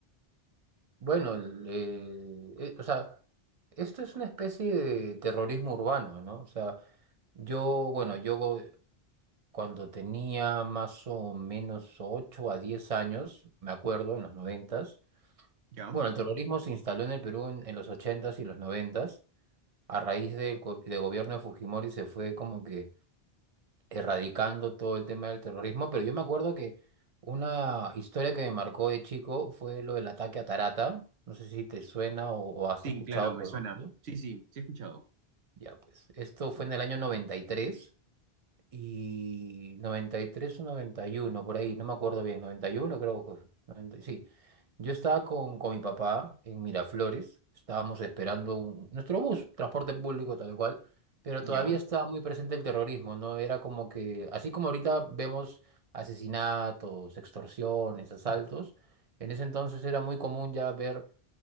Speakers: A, on the right; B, on the right.
A: Bueno, el, eh, eh, o sea, esto es una especie de terrorismo urbano, ¿no? O sea, yo, bueno, yo go- cuando tenía más o menos 8 a 10 años, me acuerdo, en los noventas.
B: ya?
A: bueno, el terrorismo se instaló en el Perú en, en los ochentas y los noventas a raíz del, co- del gobierno de Fujimori se fue como que erradicando todo el tema del terrorismo, pero yo me acuerdo que una historia que me marcó de chico fue lo del ataque a Tarata. No sé si te suena o, o has
B: Sí,
A: escuchado
B: claro, me
A: sobre
B: suena.
A: eso.
B: Sí, sí, sí he escuchado.
A: Ya, pues, esto fue en el año 93 y 93 o 91 por ahí, no me acuerdo bien, 91 creo que fue, 90 sí. Yo estaba con, con mi papá en Miraflores, estábamos esperando un- nuestro bus, transporte público tal cual, pero
B: Ya,
A: todavía estaba muy presente el terrorismo, ¿no? Era como que, así como ahorita vemos asesinatos, extorsiones, asaltos, en ese entonces era muy común ya ver